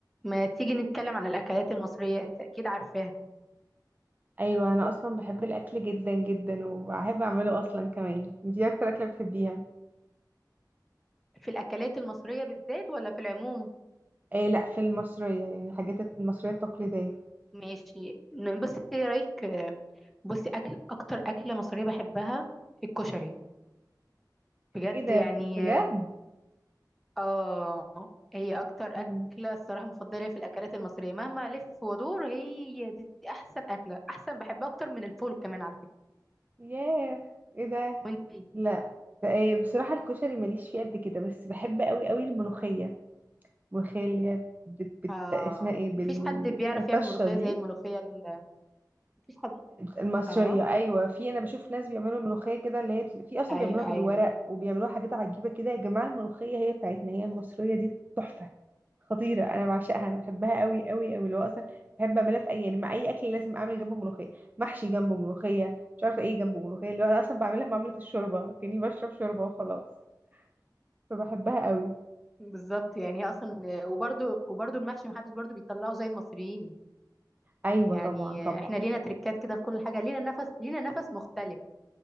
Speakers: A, in the centre; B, on the right (about 25°).
A: ما تيجي نتكلم عن الأكلات المصرية أنت أكيد عارفاها
B: ايوه انا اصلا بحب الاكل جدا جدا وبحب اعمله اصلا كمان انتي إيه اكتر اكله بتحبيها
A: في الأكلات المصرية بالذات ولا في العموم
B: ايه لا في المصريه يعني الحاجات المصريه التقليديه
A: ماشي ن- بصي إيه رأيك آه، بصي أكل أكتر أكلة مصرية بحبها الكشري بجد
B: ايه ده
A: يعني
B: بجد
A: آه هي أكتر
B: امم
A: أكلة الصراحة مفضلة في الأكلات المصرية مهما ألف وأدور هي دي أحسن أكلة أحسن بحبها أكتر من الفول كمان على فكرة
B: ياه ايه ده
A: وأنتي
B: لا ده إيه بصراحه الكشري ماليش فيه قد كده بس بحب قوي قوي الملوخيه الملوخيه اللي هي بت... بت...
A: آه
B: اسمها ايه بال
A: مفيش حد بيعرف
B: اسمها الطشه
A: يعمل ملوخية
B: دي
A: زي الملوخية ال- مفيش حد
B: المصرية
A: آه
B: أيوة في أنا بشوف ناس بيعملوا ملوخية كده اللي هي في أصلا
A: أيوه
B: بيعملوها بالورق
A: أيوه
B: وبيعملوها حاجات عجيبة كده يا جماعة الملوخية هي بتاعتنا هي المصرية دي تحفة خطيرة أنا بعشقها أنا بحبها قوي قوي قوي اللي هو أصلا بحب أعملها في أي يعني مع أي أكل لازم أعمل جنبه ملوخية محشي جنبه ملوخية مش عارفة إيه جنبه ملوخية اللي هو أنا أصلا بعملها معاملة الشوربة كأني بشرب شوربة وخلاص فبحبها قوي
A: بالظبط يعني هي اصلا وبرده وبرده المحشي محدش برده بيطلعه زي المصريين
B: أيوة
A: يعني
B: طبعا طبعا
A: احنا لينا تريكات كده في كل حاجه لينا نفس لينا نفس مختلف